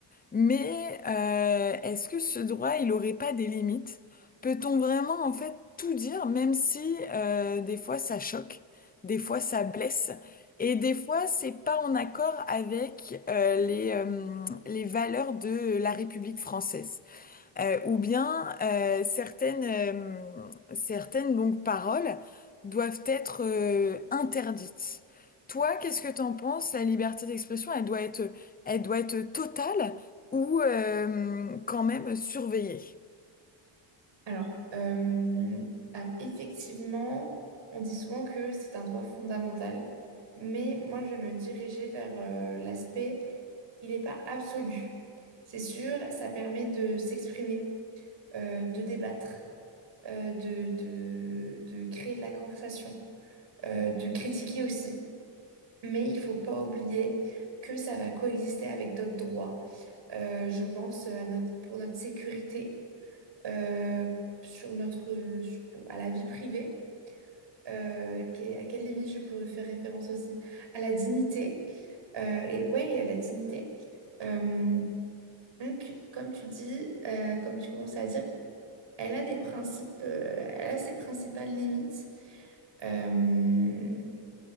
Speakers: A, on the left; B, on the right.
A: Mais euh, est-ce que ce droit, il aurait pas des limites? Peut-on vraiment en fait tout dire, même si euh, des fois ça choque, des fois ça blesse et des fois c'est pas en accord avec euh, les euh, les valeurs de la République française? Euh, ou bien euh, certaines, euh, certaines donc, paroles doivent être euh, interdites. Toi, qu'est-ce que t'en penses? La liberté d'expression, elle doit être, elle doit être totale ou euh, quand même surveillée?
B: Alors, euh, alors, effectivement, on dit souvent que c'est un droit fondamental, mais moi, je vais me dirigeais vers euh, l'aspect, il n'est pas absolu. C'est sûr, ça permet de s'exprimer, euh, de débattre, euh, de, de, de créer de la conversation, euh, de critiquer aussi, mais il faut pas oublier que ça va coexister avec d'autres droits. Euh, je pense euh, à notre, pour notre sécurité. euh, sur notre, sur- pour- à la vie privée, euh, qu'est- à quelle limite je peux faire référence aussi, à la dignité, euh, et ouais, et à la dignité. Euh, donc, comme tu dis, euh, comme tu commençais à dire, elle a des principes, euh, elle a ses principales limites. Euh,